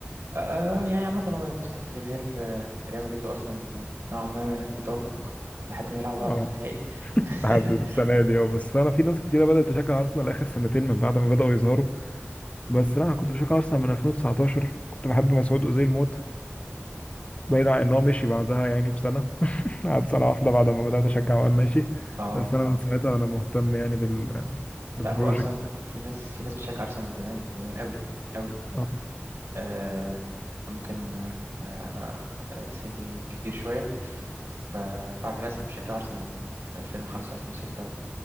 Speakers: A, on the right; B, on the left.
A: آه آه، يعني عامة هو تحس جماهير آه، ريال مدريد وأرسنال آه، نوعا ما في توافق لحد ما يلعبوا بعض
B: اه
A: في النهائي <laughs>
B: لحد السنة دي اه بس أنا في ناس كتيرة بدأت تشجع أرسنال آخر سنتين من بعد ما بدأوا يظهروا بس لا انا كنت بشجع ارسنال من 2019 كنت بحب مسعود اوزيل موت بعيد عن ان هو مشي بعدها يعني بسنه <laughs> قعد سنه واحده بعد ما بدات اشجع وقام ماشي
A: اه
B: بس انا من اه ساعتها انا مهتم يعني بال... بالبروجكت
A: لا هو أرسنال في ناس في ناس بتشجع أرسنال من زمان من زمان قوي قوي
B: آه،
A: آه ممكن آه آه، أنا آه سني كبير شوية ف- فأعرف ناس اللي بتشجع أرسنال من 2005 2006